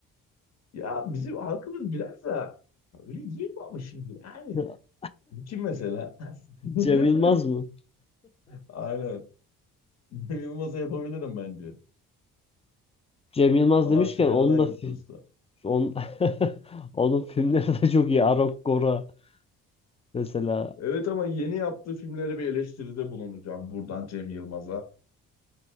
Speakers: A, on the left; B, on the left.
A: Ya bizim halkımız biraz da öyle değil mi ama şimdi yani
B: <laughs>
A: kim mesela?
B: Cem
A: <laughs>
B: Yılmaz mı?
A: Aynen. Cem Yılmaz'a yapabilirim bence.
B: Cem Yılmaz
A: Adam
B: demişken
A: sigaradan
B: onun da fi-
A: gitti usta.
B: on, <laughs> onun filmleri de çok iyi. Arok Gora mesela.
A: Evet ama yeni yaptığı filmlere bir eleştiride bulunacağım buradan Cem Yılmaz'a.